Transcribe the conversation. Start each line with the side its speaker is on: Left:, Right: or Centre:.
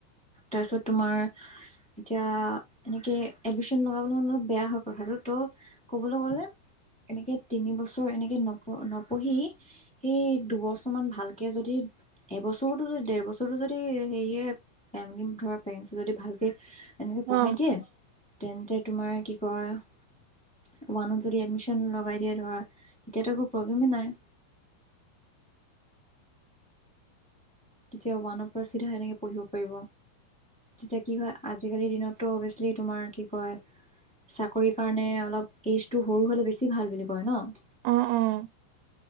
Centre: তাৰপিছত তোমাৰ এতিয়া এনেকে এডমিশ্যন লগাবলৈ মানে অলপ বেয়া হৈ কথাতো ত কবলৈ গলে এনেকে তিন বছৰ এনেকে নপ নপঢ়ি সেই দুবছৰ মান ভালকে যদি এবছৰতো যদি ডেৰ‌ বছৰতো যদি হেৰিয়ে পেণ্ডিং ধৰা পেঞ্চ যদি ভালকে এনেকে পঢ়াই
Right: অ
Centre: দিয়ে তেন্তে তোমাৰ কি কয় ওৱানত যদি এডমিশ্যন লগাই দিয়ে ধৰা তেতিয়াতো একো প্ৰব্লেমেই নাই তেতিয়া ওৱানৰ পৰা চিধা এনেকে পঢ়িব পাৰিব তেতিয়া কি হয় আজিকালিৰ দিনততো অভিয়াচলি তোমাৰ কি কয় চাকৰি কাৰণে অলপ এইজটো সৰু হলে বেছি ভাল বুলি কয় ন
Right: অহ অহ